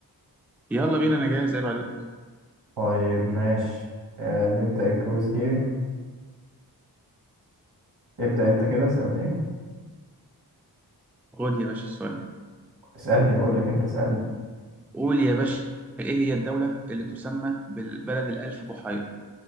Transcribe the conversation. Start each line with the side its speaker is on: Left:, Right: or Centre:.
Centre: يلا بينا انا جاهز عيب عليك
Right: طيب ماشي آه نبدا الكويس جيم ابدا انت كده اسالني
Centre: خد يا باشا السؤال ده
Right: اسالني بقول لك انت اسالني
Centre: قول يا باشا ايه هي الدوله اللي تسمى بالبلد الالف بحيره؟